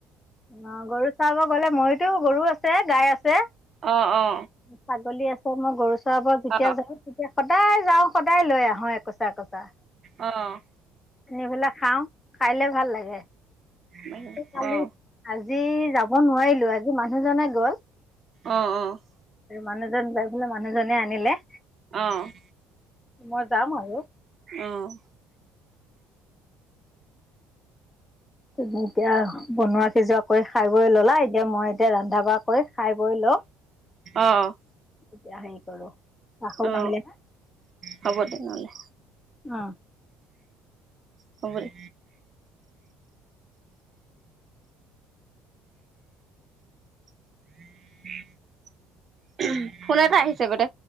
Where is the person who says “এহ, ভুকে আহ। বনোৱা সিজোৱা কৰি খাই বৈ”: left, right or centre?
Left